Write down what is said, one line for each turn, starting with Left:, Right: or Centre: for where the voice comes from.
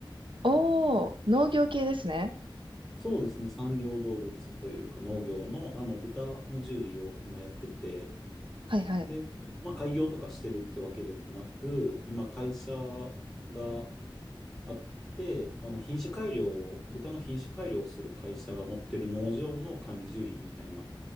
Right: おー、農業系ですね。
Centre: そうですね。産業動物というか農業の、あの、豚の獣医を今やってて、
Right: はい、はい。
Centre: で、まあ、開業とかしてるってわけでもなく、今、会社があって、あの、品種改良を、豚の品種改良をする会社が持ってる農場の管理獣医みたいな